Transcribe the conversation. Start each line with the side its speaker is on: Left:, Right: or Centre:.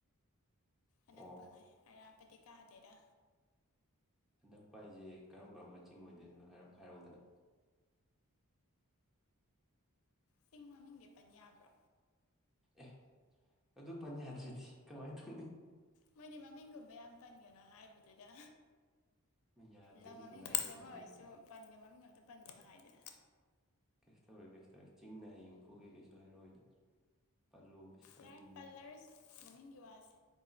Left: ꯑꯅꯛꯄ
Centre: ꯑꯣ
Left: ꯉꯩ ꯑꯔꯥꯞꯄꯗꯤ ꯀꯥꯗꯦꯗ
Centre: ꯑꯅꯛꯄ ꯍꯥꯖꯦ ꯀꯔꯝ ꯀꯔꯝꯕ ꯆꯤꯡ ꯑꯣꯏꯗꯣꯏꯅꯣ ꯍꯥꯏꯔꯞ ꯍꯥꯏꯔꯛꯑꯣꯗꯅ
Left: ꯆꯤꯡ ꯃꯃꯤꯡꯁꯦ ꯄꯟ ꯌꯥꯕ꯭ꯔꯣ
Centre: ꯑꯦ ꯑꯗꯨ ꯄꯟ ꯌꯥꯗ꯭ꯔꯗꯤ ꯀꯃꯥꯏ ꯇꯧꯅꯤ
Left: ꯃꯣꯏꯗꯤ ꯃꯃꯤꯡꯒꯨꯝꯕ ꯌꯥꯝ ꯄꯟꯒꯅꯣ ꯍꯥꯏꯕꯗꯨꯗ
Centre: ꯌꯥꯗ꯭ꯔꯗꯤ
Left: ꯂꯝ ꯃꯃꯤꯡ
Centre: ꯀꯃꯥꯏ
Left: ꯑꯣꯏꯔꯁꯨ
Centre: ꯋꯥꯔꯤ ꯁꯥꯟꯅꯗꯣꯏꯕ
Left: ꯑꯃ ꯑꯣꯏꯔꯁꯨ ꯄꯟꯒꯅꯨ ꯃꯃꯤꯡ ꯑꯝꯇ ꯄꯟꯒꯅꯣ ꯍꯥꯏꯗꯅ
Centre: ꯀꯩꯁꯨ ꯇꯧꯔꯣ ꯀꯩꯁꯨ ꯇꯧꯔꯣ ꯆꯤꯡꯅ ꯍꯌꯦꯡ ꯐꯨꯒꯦ ꯀꯩꯁꯨ ꯍꯥꯏꯔꯛꯑꯣꯏꯗ ꯄꯥꯜꯂꯣ ꯀꯩꯁꯨ ꯀꯥꯏꯗꯤꯌꯦ
Left: ꯌꯥꯔꯦ ꯄꯜꯂꯔꯣꯏꯁꯤ ꯃꯃꯤꯡꯒꯤ ꯋꯥꯁꯦ